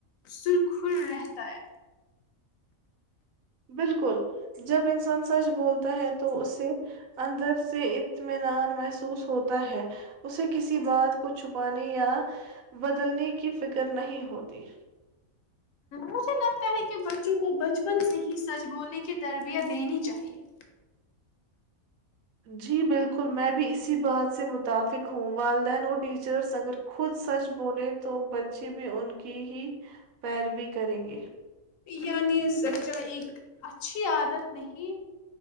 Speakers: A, on the left (about 75°); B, on the right (about 85°).
A: سرخر رہتا ہے
B: بالکل جب انسان سچ بولتا ہے تو اسے اندر سے اطمینان محسوس ہوتا ہے اسے کسی بات کو چھپانے یا بدلنے کی فکر نہیں ہوتی
A: مجھے لگتا ہے کہ بچوں کو بچپن سے ہی سچ بولنے کی تربیت دینی چاہیے
B: جی بالکل میں بھی اسی بات سے متفق ہوں والدین اور ٹیچرس اگر خود سچ بولیں تو بچے بھی ان کی ہی پیروی کریں گے
A: یعنی سچا ایک اچھی عادت نہیں